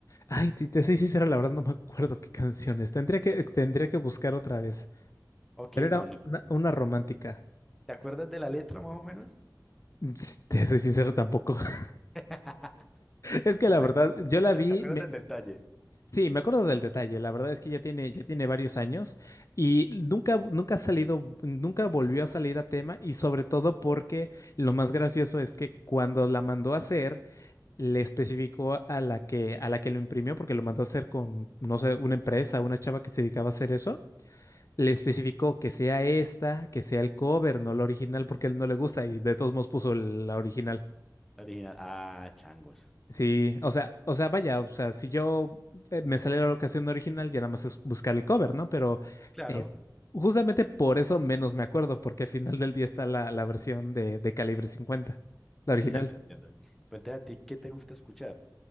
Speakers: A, on the left; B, in the centre.
A: Ay, te, te soy sincero, la verdad no me acuerdo qué canción es. Tendría que, tendría que buscar otra vez,
B: Ok,
A: pero era
B: no, no.
A: una,
B: no.
A: una romántica.
B: ¿Te acuerdas de la letra más o menos?
A: Ps, Te soy sincero tampoco. <laughs>
B: <laughs>
A: Es que
B: O
A: la
B: sea, ¿Te
A: verdad,
B: acuer-
A: yo la
B: te-
A: vi,
B: te acuerdas,
A: me,
B: del detalle?
A: Sí, me acuerdo del detalle. La verdad es que ya tiene,
B: Ok,
A: ya tiene varios años y nunca, nunca ha salido, nunca volvió a salir a tema y sobre todo porque lo más gracioso es que cuando la mandó a hacer, le especificó a la que, a la que lo imprimió, porque lo mandó a hacer con, no sé, una empresa, una chava que se dedicaba a hacer eso. Le especificó que sea esta, que sea el cover, no la original, porque a él no le gusta y de todos modos puso la original.
B: original. Ah, changos.
A: Sí, o sea, o sea, vaya, o sea, si yo eh, me sale la ocasión original, ya nada más es buscar el cover, ¿no? Pero
B: Claro,
A: es justamente por eso menos me acuerdo, porque al final del día está la, la versión de, de calibre cincuenta, la original.
B: sí, ya te entiendo. Cuéntame a ti, ¿qué te gusta escuchar?